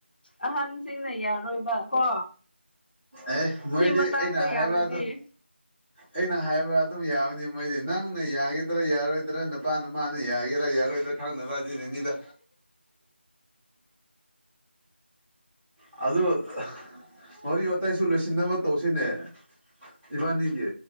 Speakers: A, on the left; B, in the centre.
A: ꯑꯍꯟꯁꯤꯡꯅ ꯌꯥꯔꯣꯏꯕ ꯀꯣ
B: ꯑꯦ ꯃꯣꯏꯗꯤ
A: ꯁꯤ ꯃꯇꯥꯡꯗ
B: ꯑꯩꯅ ꯍꯥꯏꯕꯗꯣ
A: ꯌꯥꯎꯔꯗꯤ
B: ꯑꯩꯅ ꯍꯥꯏꯕ ꯑꯗꯨꯝ ꯌꯥꯕꯅꯤ ꯃꯣꯏꯗꯤ ꯅꯪꯅ ꯌꯥꯒꯗ꯭ꯔꯥ ꯌꯥꯔꯣꯏꯗ꯭ꯔꯥ ꯅꯄꯥ ꯅꯃꯥꯅ ꯌꯥꯒꯦꯔꯥ ꯌꯥꯔꯣꯏꯗ꯭ꯔ ꯈꯪꯡꯗꯕ ꯑꯗꯨꯅꯅꯤꯗ ꯑꯗꯨ ꯋꯥꯔꯤ ꯋꯥꯇꯥꯏꯁꯨ ꯂꯣꯏꯁꯤꯟꯅꯕ ꯇꯧꯁꯤꯅꯦ ꯏꯕꯥꯅꯤꯒꯤ